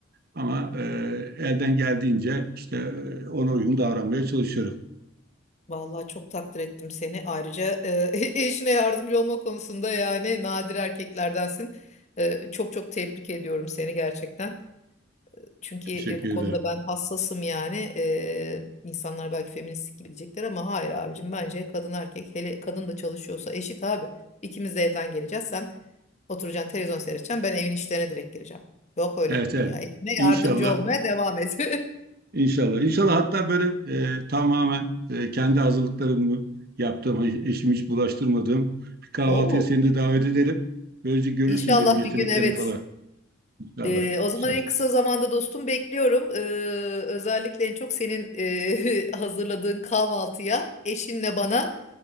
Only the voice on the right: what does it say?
ama e, elden geldiğince işte e, ona uygun davranmaya çalışıyorum.
Teşekkür
ederim.
Evet
evet.
İnşallah,
inşallah. İnşallah hatta böyle e, tamamen e, kendi hazırlıklarımı yaptığım, eşimi hiç bulaştırmadığım bir kahvaltıya
seni de davet edelim. Böylece görürsün
benim yeteneklerim
falan. İnşallah,
inşallah.